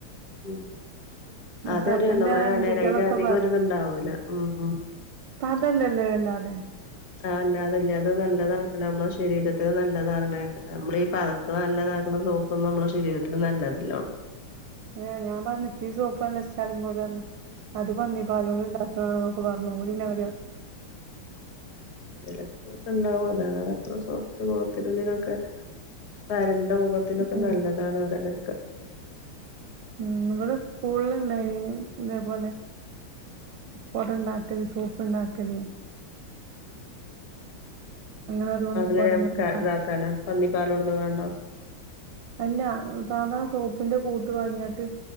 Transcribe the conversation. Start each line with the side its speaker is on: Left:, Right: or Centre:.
Left: ഉം
Right: പക്ഷെ
Left: അതൊരു
Right: അപ്പന്റെ
Left: എണ്ണമയാണേല്
Right: അനുജത്തിയാളൊക്കെ
Left: അയ്ന്റെ അധികം ഒരിതുണ്ടാവൂല ഉം ഉം
Right: പതല്ലല്ലോ വല്ലാതെ
Left: ആഹ് അല്ലാതെ ഇല്ലേ അതും നല്ലതാ നമ്മളെ ശരീരത്തിന് നല്ലതാർണെക്ക നമ്മളീഈ പതക്കണ നല്ലതാക്കുന്ന സോപ്പൊന്നും നമ്മളെ ശരീരത്തിന് നല്ല അതെല്ലോണ്ട്.
Right: ഏഹ് ഞാൻ പറഞ്ഞി ച്ചീ സോപ്പ് അല്ല ഇഷ്ട്ടറിം പോലെ അത് പന്നിപ്പാലോണ്ട്ണ്ടാക്കണന്നൊക്കെ പറഞ്ഞു ഓൽന്നെ കളിയാ
Left: വിലക്കുട്ടണ്ടാവും അതാണ് അതത്ര സോഫ്റ്റ് നോക്കലന്നിനൊക്കെ <unintelligible> മുഖത്തിനൊക്കെ
Right: ഉം
Left: നല്ലതാണ് റിണേക്കാ
Right: മ് നമ്മളെ സ്കൂളിൽണ്ടായി ഇതേപോലെ. കുടണ്ടാക്കല് സോപ്പ്ണ്ടാക്കല് അങ്ങനെ ഓരോന്ന്
Left: അതിനെയൊക്ക
Right: കൊട നിർമ്മാണം
Left: ഇതാക്കാന പന്നിപ്പാലോടുന്ന്കാണ്ടോ?
Right: അല്ല സാധാ സോപ്പിന്റെ കൂട്ട് വാങ്യട്ട്